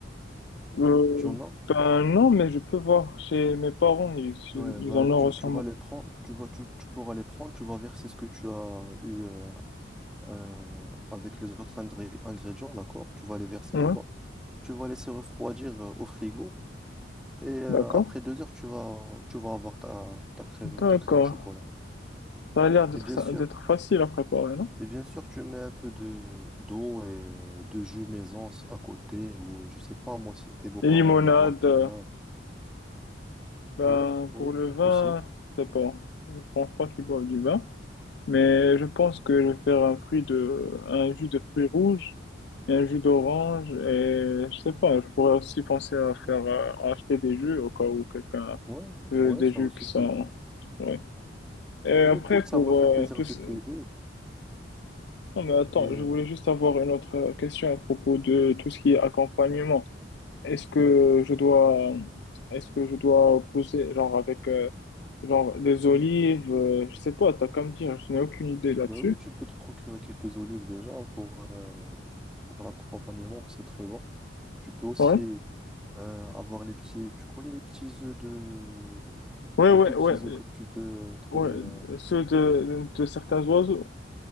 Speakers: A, on the left; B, in the centre.
A: Euh,
B: Tu en as?
A: ben non, mais je peux voir chez mes parents, ils,
B: Ouais,
A: ils
B: bah,
A: en auront
B: tu,
A: sûrement.
B: tu vas les prendre, tu vas, tu, tu pourras les prendre, tu vas verser ce que tu as eu euh, euh, avec les autres ingré- ingrédients, d'accord? Tu vas les verser
A: Ouais,
B: là-bas. Tu vas laisser refroidir euh, au frigo. Et euh,
A: d'accord.
B: après deux heures, tu vas, tu vas avoir ta, ta crème,
A: D'accord.
B: ta crème au chocolat.
A: Ça a l'air d'être
B: Et bien
A: ça-
B: sûr,
A: d'être facile à préparer, non?
B: et bien sûr, tu mets un peu de d'eau et euh, de jus maison si- à côté. Ou euh, je sais pas, moi, si tes beaux-parents,
A: Les limonades,
B: ils boivent du
A: euh,
B: vin.
A: ben
B: Oui, oui,
A: pour le vin,
B: aussi.
A: je sais pas. Je pense pas qu'ils boivent du vin. Mais je pense que je vais faire un fruit de, un jus de fruits rouges et un jus d'orange et je sais pas, je pourrais aussi penser à faire, euh, à acheter des jus au cas où quelqu'un
B: Ouais,
A: veut
B: ouais,
A: des
B: ça
A: jus
B: aussi,
A: qui
B: c'est
A: sont,
B: bien.
A: ouais. Et
B: Ben
A: après
B: écoute, ça
A: pour
B: m'a fait
A: euh,
B: plaisir
A: tout,
B: de
A: ce-
B: t'aider.
A: non mais attends,
B: Et euh,
A: je voulais juste avoir une autre question à propos de tout ce qui est accompagnement. Est-ce que je dois, est-ce que je dois poser genre avec, euh, genre des olives, euh, je sais pas, t'as qu'à me dire, je n'ai aucune idée là-dessus.
B: ben oui, tu peux te procurer quelques olives déjà pour, euh, pour l'accompagnement, c'est très bon. Tu peux aussi
A: Ouais.
B: euh, avoir les petits. Tu connais les petits œufs de.
A: Ouais,
B: Les
A: ouais,
B: tout petits
A: ouais.
B: œufs que tu peux euh, trouver.
A: Ouais,
B: euh,
A: euh, ceux de, de certains oiseaux.